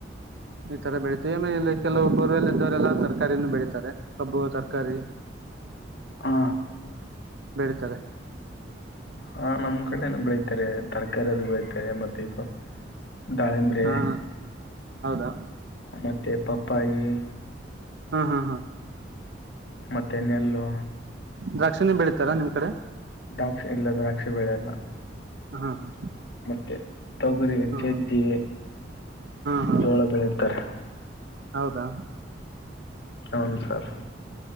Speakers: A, on the right; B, on the left.
A: ಹ ಈ ತರ ಬೆಳಿತವಿಮ ಇಲ್ಲಿ ಕೆಲವು ಗುರಲ್ಲ ಇದ್ದವರೆಲ್ಲ ತರಕಾರಿನೂ ಬೆಳಿತಾರೆ ಕಬ್ಬು ತರಕಾರಿ ಹ
B: ಹಾ
A: ಬಡಿತಾರೆ
B: ಹಾ ನಮ್ ಕಡೆನ ಬೆಳತಾರೆ ತರಕಾರಿ ಅದು ಬಯ್ತಾರೆ ಮತ್ತೆ ಇದು ದಾಳಿಂಬ್ರೆ
A: ಹಾ ಹೌದಾ
B: ಮತ್ತೆ ಪಪ್ಪಾಯಿ
A: ಹಾ ಹಾ ಹಾ
B: ಮತ್ತೆನೆಲ್ಲು.
A: ದ್ರಾಕ್ಷಿಣೆ ಬೆಳೀತಾರಾ ನಿಮ್ ಕಡೆ
B: ದ್ರಾಕ್ಷಿ ಇಲ್ಲ ದ್ರಾಕ್ಷಿ ಬೆಳೆ ಯಲ್ಲ.
A: ಹ್ಮ ಹಾ
B: ಮತ್ತೆ ತೊಗರಿ
A: ಹಾ
B: ಚಜ್ಜಿ.
A: ಹಾ
B: ಜೋಳ ಬೆಳುತ್ತಾರೆ.
A: ಹೌದಾ
B: ಹೌನ್ ಸರ್.